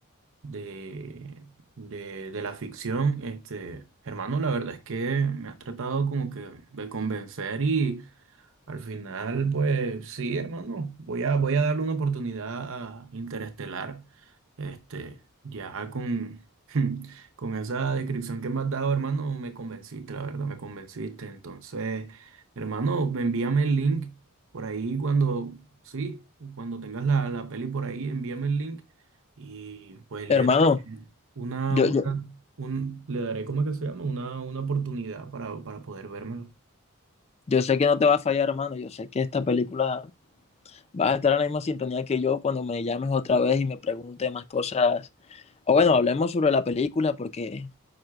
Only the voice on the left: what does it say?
Hermano,
yo,
yo,
yo sé que no te va a fallar, hermano, yo sé que esta película Vas a estar en la misma sintonía que yo cuando me llames otra vez y me preguntes más cosas. O bueno, hablemos sobre la película porque